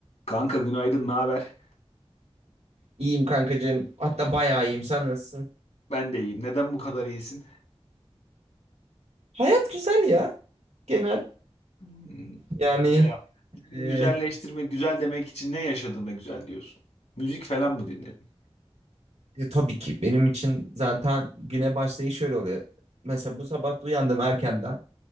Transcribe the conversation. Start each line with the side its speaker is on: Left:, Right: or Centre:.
Left: Kanka günaydın, ne haber?
Right: İyiyim kankacığım. Hatta bayağı iyiyim. Sen nasılsın?
Left: Ben de iyiyim. Neden bu kadar iyisin?
Right: Hayat güzel ya. Genel.
Left: Hmm,
Right: Yani
Left: Mesela bugün
Right: e,
Left: güzelleştirmek, güzel demek için ne yaşadığında güzel diyorsun? Müzik falan mı dinledin?
Right: e, tabii ki benim için zaten güne başlayış şöyle oluyor. Mesela bu sabah uyandım erkenden.